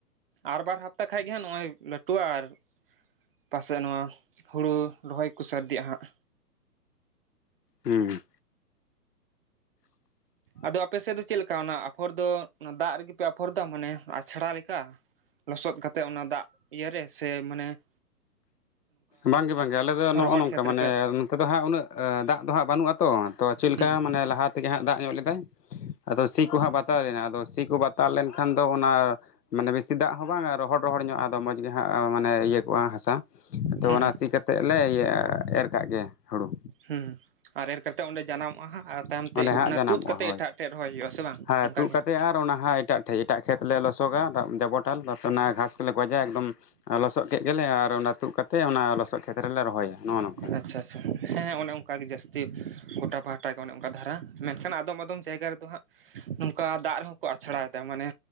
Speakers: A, on the right; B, on the left.
A: ᱟᱨ ᱵᱟᱨ ᱦᱟᱯᱛᱟ ᱠᱷᱟᱡ ᱜᱮ ᱦᱟᱸᱜ ᱱᱚᱜᱼᱚᱭ ᱞᱟᱹᱴᱩᱼᱟ ᱟᱨ ᱯᱟᱥᱮᱫ ᱱᱚᱣᱟ ᱦᱩᱲᱩ ᱨᱚᱦᱚᱭ ᱠᱚ ᱥᱟᱨᱫᱤᱜᱼᱟ ᱦᱟᱸᱜ।
B: ᱦᱩᱸ <inaudible>
A: ᱟᱫᱚ ᱟᱯᱮ ᱥᱮᱫ ᱫᱚ ᱪᱮᱫ ᱞᱮᱠᱟ ᱚᱱᱟ ᱟᱯᱷᱚᱨ ᱫᱚ ᱚᱱᱟ ᱫᱟᱜ ᱨᱮᱜᱮᱯᱮ ᱟᱯᱷᱚᱨ ᱫᱟ ᱢᱟᱱᱮ ᱟᱪᱷᱲᱟ ᱞᱮᱠᱟ? ᱞᱚᱥᱚᱫ ᱠᱟᱛᱮᱜ ᱚᱱᱟ ᱫᱟᱜ ᱤᱭᱟᱹ ᱨᱮ ᱥᱮ ᱢᱟᱱᱮ ᱼᱼ
B: ᱵᱟᱝᱜᱮ ᱵᱟᱝᱜᱮ ᱟᱞᱮᱫᱚ
A: ᱨᱚᱦᱚᱲ
B: ᱱᱚᱜᱼᱚ ᱱᱚᱝᱠᱟ
A: ᱠᱷᱮᱛ ᱨᱮᱯᱮ
B: ᱢᱟᱱᱮ ᱱᱚᱛᱮ ᱫᱚ ᱦᱟᱸᱜ ᱩᱱᱟᱹᱜ ᱫᱟᱜ ᱫᱚ ᱦᱟᱸᱜ ᱵᱟᱹᱱᱩᱜᱼᱟᱛᱚ ᱛᱚ ᱪᱮᱫ ᱞᱮᱠᱟ
A: ᱦᱩᱸ
B: ᱢᱟᱱᱮ ᱞᱟᱦᱟᱛ ᱛᱮᱜᱮ ᱦᱟᱸᱜ ᱫᱟᱜ ᱧᱚᱜ ᱞᱮᱫᱟᱭ ᱟᱫᱚ ᱥᱤ ᱠᱚ ᱦᱟᱸᱜ ᱵᱟᱛᱟᱣ ᱞᱮᱱᱟ ᱟᱫᱚ ᱥᱤ ᱠᱚ ᱵᱟᱛᱟᱣ ᱞᱮᱱᱠᱷᱟᱱ ᱫᱚ ᱚᱱᱟ ᱼᱼ ᱢᱟᱱᱮ ᱵᱮᱥᱤ ᱫᱟᱜ ᱦᱚᱸ ᱵᱟᱝᱟ ᱨᱚᱦᱚᱲ ᱨᱚᱦᱚᱲ ᱧᱚᱜ ᱟᱫᱚ ᱢᱚᱸᱡᱽ ᱜᱮ ᱦᱟᱸᱜ ᱢᱟᱱᱮ ᱤᱭᱟᱹ ᱠᱚᱜᱼᱟ ᱦᱟᱸᱥᱟ। ᱟᱫᱚ
A: ᱦᱩᱸ
B: ᱚᱱᱟ ᱥᱤ ᱠᱟᱛᱮᱜ ᱞᱮ ᱮᱨ ᱠᱟᱜ ᱜᱮ ᱦᱩᱲᱩ।
A: ᱦᱩᱸ ᱟᱨ ᱮᱨ ᱠᱟᱛᱮᱫ ᱚᱸᱰᱮ ᱡᱟᱱᱟᱢᱚᱜᱼᱟ ᱟᱨ ᱛᱟᱭᱚᱢ ᱛᱮ
B: ᱚᱸᱰᱮ ᱦᱟᱸᱜ
A: ᱚᱱᱟ
B: ᱡᱟᱱᱟᱢᱚᱜᱼᱟ
A: ᱛᱩᱫ ᱠᱟᱛᱮ
B: ᱦᱳᱭ
A: ᱮᱴᱟᱜ ᱮᱴᱮᱡ ᱨᱚᱦᱚᱭ ᱦᱩᱭᱩᱜᱼᱟ ᱥᱮ ᱵᱟᱝ?
B: ᱦᱮᱸ
A: ᱚᱱᱠᱟᱜ
B: ᱛᱩᱜ
A: ᱜᱮ
B: ᱠᱟᱛᱮ
A: ᱦᱟᱸᱜ
B: ᱟᱜ ᱚᱱᱟ ᱦᱟᱜ ᱮᱴᱟᱜ ᱴᱷᱮᱡ ᱮᱴᱟᱜ ᱠᱷᱮᱛ ᱞᱮ ᱞᱚᱥᱚᱜᱟ ᱡᱟᱵᱚᱴᱟ ᱚᱱᱟ ᱜᱷᱟᱥ ᱠᱚᱞᱮ ᱜᱚᱡᱟ ᱮᱠᱫᱚᱢ ᱞᱚᱥᱚᱜ ᱠᱮᱜ ᱜᱮᱞᱮ ᱟᱨ ᱚᱱᱟ ᱛᱩᱫ ᱠᱟᱛᱮᱫ ᱚᱱᱟ ᱞᱚᱥᱚᱫ ᱠᱷᱮᱛ ᱨᱮᱞᱮ ᱨᱚᱦᱚᱭᱟ ᱱᱚᱜᱼᱚ ᱱᱚᱝᱠᱟ
A: ᱟᱪᱪᱷᱟ ᱟᱪᱪᱷᱟ ᱦᱮᱸ ᱚᱱᱮ ᱚᱝᱠᱟ ᱜᱮ ᱡᱟᱹᱥᱛᱤ ᱜᱚᱴᱟ ᱯᱟᱦᱴᱟ ᱚᱱᱮ ᱚᱝᱠᱟ ᱫᱷᱟᱨᱟ ᱢᱮᱱᱠᱷᱟᱱ ᱟᱫᱚᱢ ᱟᱫᱚᱢ ᱡᱟᱭᱜᱟ ᱨᱮᱫᱚ ᱦᱟᱸᱜ ᱱᱚᱝᱠᱟ ᱫᱟᱜ ᱨᱮᱦᱚᱸ ᱠᱚ ᱟᱪᱷᱲᱟ ᱭᱮᱫᱟ ᱢᱟᱱᱮ